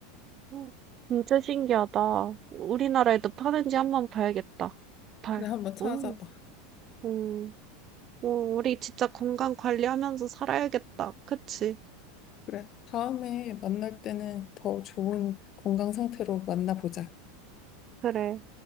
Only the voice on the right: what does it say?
음. 진짜 신기하다. 우리나라에도 파는지 한번 봐야겠다. 발.
음, 음, 음, 우리 진짜 건강 관리하면서 살아야겠다. 그치?
그래.